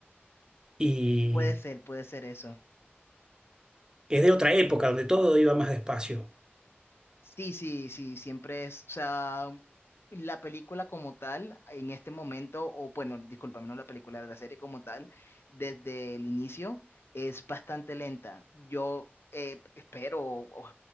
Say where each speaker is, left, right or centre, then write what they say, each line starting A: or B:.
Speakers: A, on the right; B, on the left.
A: Y
B: Puede ser, puede ser eso.
A: es de otra época donde todo iba más despacio.
B: Sí, sí, sí, siempre es, o sea, la película como tal, en este momento, o bueno, discúlpame, no la película, la serie como tal, desde el inicio, es bastante lenta. Yo eh, espero, o o